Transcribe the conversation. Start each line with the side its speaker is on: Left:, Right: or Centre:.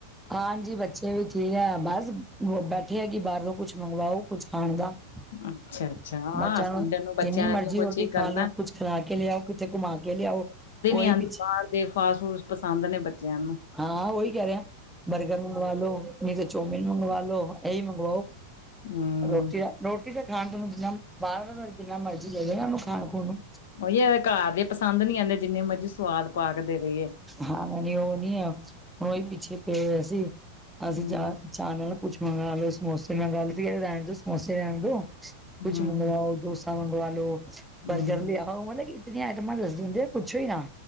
Centre: ਹਾਂਜੀ ਬੱਚੇ ਵੀ ਠੀਕ ਆ ਬਸ ਬੈਠੇ ਆ ਕਿ ਬਾਹਰੋਂ ਕੁਛ ਮੰਗਵਾਓ, ਕੁਛ ਖਾਣ ਦਾ।
Left: ਅੱਛਾ
Centre: <inaudible>
Left: ਅੱਛਾ ਹਾਂ
Centre: ਬੱਚਿਆਂ
Left: ਸੰਡੇ
Centre: ਨੂੰ
Left: ਬੱਚਿਆਂ
Centre: ਜਿੰਨੀ
Left: ਨੇ
Centre: ਮਰਜ਼ੀ
Left: ਇਹੀਓ ਕੁਛ
Centre: ਰੋਟੀ
Left: ਹੀ
Centre: ਖਾ
Left: ਕਰਨਾ
Centre: ਲਓ ਕੁਛ ਖਿਲਾ ਕੇ ਲਿਆਓ, ਕਿਤੇ ਘੁਮਾ ਕੇ ਲਿਆਓ।
Left: ਕਿਤੇ ਨੀ
Centre: ਉਹੀ
Left: ਆਂਦੀ,
Centre: ਪਿੱਛੇ
Left: ਬਾਰ ਦੇ ਫਾਸਟ ਫੂਡ ਪਸੰਦ ਨੇ ਬੱਚਿਆਂ ਨੂੰ।
Centre: ਹਾਂ ਉਹੀ ਕੈਅ ਰਹੇ ਆ। ਬਰਗਰ ਮੰਗਵਾ ਲੋ, ਨਹੀਂ ਤੇ ਚੋਮਿਨ ਮੰਗਵਾ ਲੋ, ਇਹੀ ਮੰਗਵਾਓ,
Left: ਹਮ
Centre: ਰੋਟੀ ਰੋਟੀ ਤੇ ਖਾਣ ਤੋਂ, ਬਾਹਰ ਦਾ ਜਿੰਨਾ ਭਾਵੇਂ ਮਰਜ਼ੀ ਦੇਦੇ ਨਾ ਨੂੰ ਇਹਨੂੰ ਖਾਣ ਖੂਣ ਨੂੰ।
Left: ਉਹੀ ਐ ਘਰ ਦੇ ਪਸੰਦ ਨੀ ਆਂਦੇ ਜਿੰਨੇ ਮਰਜੀ ਸਵਾਦ ਪਾ ਕੇ ਦੇ ਦੇਈਏ।
Centre: ਹਾਂ ਨਹੀਂ ਉ ਨੀ ਆ, ਉਹੀ ਪਿੱਛੇ ਪਏ ਹੋਏ ਸੀ, ਅਸੀਂ
Left: ਹੂੰ
Centre: ਚਾ ਚਾਹ ਨਾਲ ਕੁਛ ਮੰਗਾ ਲੋ, ਸਮੋਸੇ ਮੰਗਾ ਲੋ, <inaudible> ਰਹਿਣ ਦੋ ਸਮੋਸੇ ਰੈਨ ਦੋ। ਕੁਛ
Left: ਹੂੰ
Centre: ਮੰਗਵਾਓ, ਡੋਸਾ ਮੰਗਵਾ ਲੋ, ਬਰਗਰ
Left: ਹੂੰ
Centre: ਲਿਆਓ, ਹਨਾ ਕਿ ਕਿਹੜੀਆਂ ਆਈਟਮਾਂ ਦੱਸ ਦਿੰਦੇ ਆ ਪੁੱਛੋ ਹੀ ਨਾ।